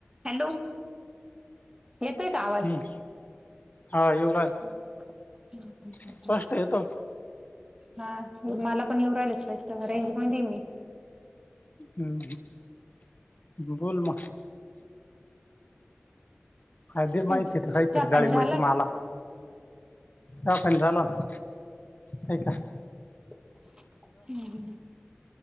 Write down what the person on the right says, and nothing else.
Hello येतोय का आवाज
हं
हं हम्म हम्म
हा मला पण येऊ राहियलाच पाहिजत रेंज मध्ये हय मी
चहा
पाणी
झालं
का
हम्म हम्